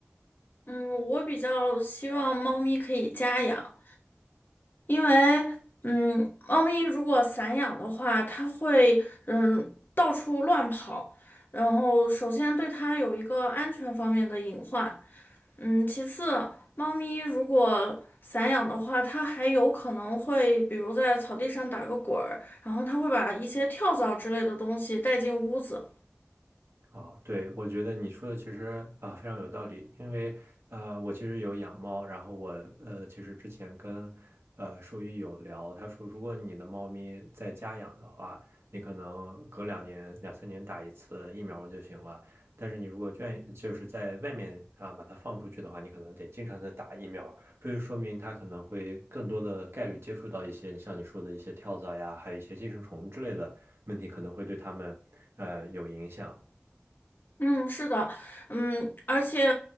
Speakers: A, on the left (about 55°); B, on the right (about 80°).
A: 嗯，我比较希望猫咪可以家养，因为嗯，猫咪如果散养的话，它会嗯到处乱跑，然后首先对它有一个安全方面的隐患。嗯，其次，猫咪如果散养的话，它还有可能会，比如在草地上打个滚儿，然后它会把一些跳蚤之类的东西带进屋子。
B: 哦，对，我觉得你说的其实啊、非常有道理，因为呃我其实有养猫，然后我呃其实之前跟呃兽医有聊，他说如果你的猫咪在家养的话，你可能隔两年两三年打一次疫苗就行了，但是你如果愿就是在外面啊把它放出去的话，你可能得经常的打疫苗，这就说明它可能会更多的概率接触到一些像你说的一些跳蚤呀，还有一些寄生虫之类的问题，可能会对它们呃有影响。
A: 嗯，是的，嗯，而且